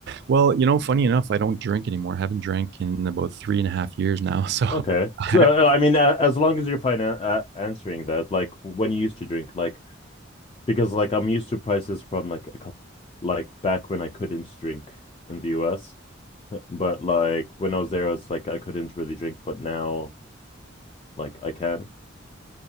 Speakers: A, on the right; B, on the left.
A: Well, you know, funny enough, I don't drink anymore. I haven't drank in about three and a half years now. <laughs> So
B: Okay.
A: I have,
B: So uh, I mean a- as long as you're fine a a- answering that, like when you used to drink, like because like I'm used to prices from like a couple like back when I couldn't drink in the US, but like when I was there I was like I couldn't really drink, but now like I can.